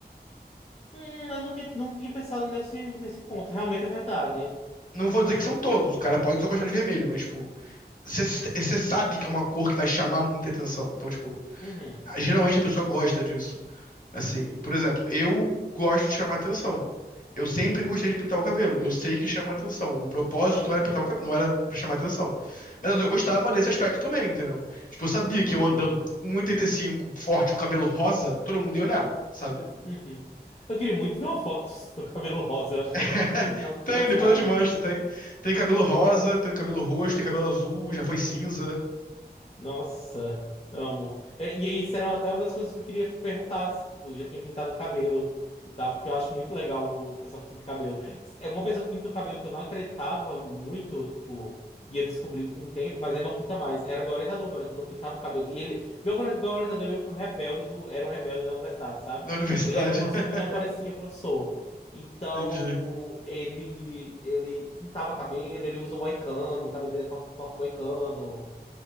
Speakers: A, on the left; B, on the left.
A: Hum, eu não tinha, não tinha pensado nesse, nesse ponto. Realmente é verdade.
B: Não vou dizer que são todos, o cara pode só gostar de vermelho, mas, tipo, Você sabe que é uma cor que vai chamar muita atenção. Então, tipo,
A: Uhum,
B: geralmente a pessoa gosta disso. Assim, por exemplo, eu gosto de chamar atenção. Eu sempre gostei de pintar o cabelo. Eu sei que chama atenção. O propósito não era pintar o cabelo, não era pra chamar atenção. Mas eu gostava desse aspecto também, entendeu? Tipo, eu sabia que
A: uhum,
B: eu andando com 1,85 forte, o cabelo rosa, todo mundo ia olhar, sabe?
A: uhum. Eu queria muito ver uma foto do seu cabelo rosa, eu acho que
B: <laughs>
A: eu <laughs> ia ficar muito
B: Tem,
A: impressionado.
B: depois eu te mostro, tem. Tem cabelo rosa, tem cabelo roxo, tem cabelo azul, já foi cinza
A: Nossa, amo. É, E aí, isso era até uma das coisas que eu queria perguntar. se, Tipo, já tinha pintado o cabelo e tal, porque eu acho muito legal o pessoal que pinta cabelo. É uma pessoa que pinta o cabelo que eu não acreditava muito, tipo, ia descobrir com o tempo, mas ele não pinta mais. Era meu orientador, meu orientador pintava o cabelo. E ele, meu, ori- meu orientador é meio que o rebelde do, era o rebelde da universidade, sabe?
B: na universidade.
A: Ele era um professor
B: <laughs>
A: que não parecia professor. Então,
B: Entendi.
A: ele ele pintava cabelo, ele usa moicano, o cabelo dele é corte, corte moicano